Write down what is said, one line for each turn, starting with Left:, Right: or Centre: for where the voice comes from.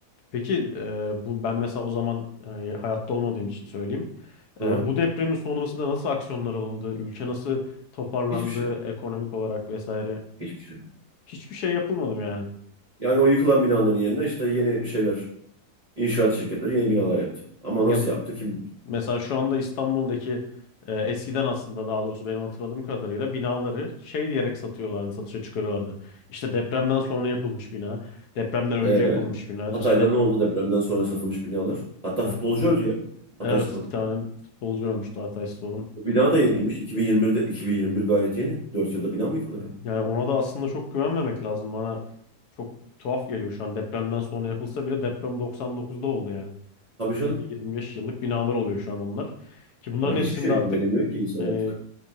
Left: Peki e, bu ben mesela o zaman e, hayatta olmadığım için söyleyeyim.
Right: Ha?
Left: E, bu depremin sonrasında nasıl aksiyonlar alındı? Ülke nasıl toparlandı
Right: Hiçbir şey.
Left: ekonomik olarak vesaire?
Right: Hiçbir şey yok.
Left: Hiçbir şey yapılmadı mı yani?
Right: Yani o yıkılan binaların yerine işte yeni şeyler, inşaat şirketleri yeni binalar yaptı. Ama
Left: Ya
Right: nasıl yaptı kim bilir.
Left: Mesela şu anda İstanbul'daki e, eskiden aslında daha doğrusu benim hatırladığım kadarıyla binaları şey diyerek satıyorlardı, satışa çıkarıyorlardı. İşte depremden sonra yapılmış bina, depremden önce
Right: Ee,
Left: yapılmış bina. Mesela
Right: Hatay'da
Left: dep
Right: ne oldu depremden sonra satılmış binalar? Hatta
Left: yani
Right: futbolcu öldü ya. Hatayspor'un.
Left: evet bir tane futbolcu ölmüştü Altay Spor'un.
Right: O bina da yeniymiş. 2021'de 2021 gayet yeni. 4 yılda bina mı yıkılır ya?
Left: Yani ona da aslında çok güvenmemek lazım. Bana çok tuhaf geliyor şu an. Depremden sonra yapılsa bile deprem 99'da oldu yani.
Right: Tabii
Left: 20-25
Right: canım.
Left: yıllık binalar oluyor şu an onlar. Ki bunların
Right: Ya hiçbir
Left: hepsinde
Right: şeye
Left: artık
Right: güvenemiyor ki insan
Left: Yani
Right: artık.